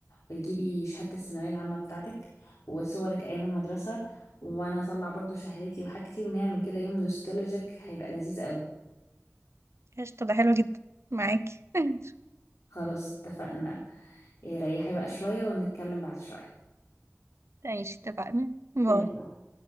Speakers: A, on the left (about 80°); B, on the right (about 60°).
A: وتجيبي شهادة الثانوية العامة بتاعتك وصورك أيام المدرسة وأنا أطلع برضو شهادتي وحاجتي ونعمل كده يوم نوستولوجيك هيبقى لذيذ قوي
B: قشطة ده حلو جدا معاكي <laughs>
A: خلاص اتفقنا إيه، ريحي بقى شوية ونتكلم بعد شوية
B: ماشي اتفقنا باي
A: طيب